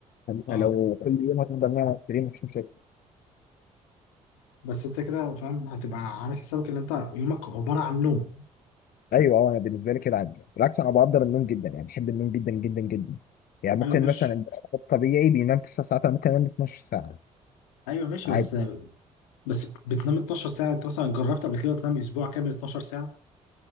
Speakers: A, on the left; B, on the left.
A: انت
B: اه
A: لو كل يوم هتفضل نايم على السرير مش مشاكل
B: بس انت كده فاهم هتبقى عامل حسابك ان انت يومك عباره عن نوم
A: ايوه اه انا بالنسبه لي كده عادي بالعكس انا بقدر النوم جدا يعني بحب النوم جدا جدا جدا يعني ممكن
B: ايوه ماشي
A: مثلا البني آدم الطبيعي بينام 9 ساعات انا ممكن انام 12 ساعه
B: ايوه ماشي
A: عادي
B: بس بس بتنام 12 ساعه انت مثلا جربت قبل كده تنام اسبوع كامل 12 ساعه